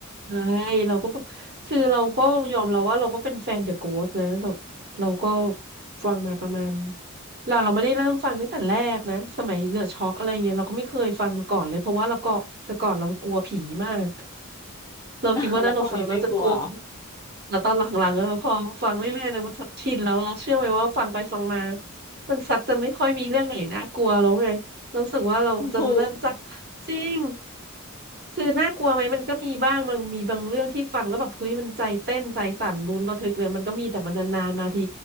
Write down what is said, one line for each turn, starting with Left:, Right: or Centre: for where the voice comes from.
Right: ใช่เราก็แบบคือเราก็ยอมเราว่าเราก็เป็นแฟน The Ghost นะเราเราก็ฟังมาประมาณเราเราไม่ได้เริ่มฟังตั้งแต่แรกนะสมัย The Shock อะไรเงี้ยเราก็ไม่เคยฟังมาก่อนเลยเพราะว่าเราก็แต่ก่อนเรากลัวผีมาก เราคิดว่าถ้าเราฟังเราจะกลัว
Left: อ้าว <laughs> แล้วตอนนี้ไม่กลัวเหรอ
Right: แล้วตอนหลังๆอะพอฟังเรื่อยๆเลยมันชักชินแล้วเราเชื่อไหมว่าฟังไปฟังมามันซักจะไม่ค่อยมีเรื่องไหนน่ากลัวแล้วไงเรารู้สึกว่าเราจะเริ่มจาก
Left: โอ้โห
Right: จริงคือน่ากลัวไหมมันก็มีบ้างมันมีบางเรื่องที่ฟังแล้วแบบเฮ้ยมันใจเต้นใจสั่นลุ้นระทึกเลยมันก็มีแต่มันนานๆมาที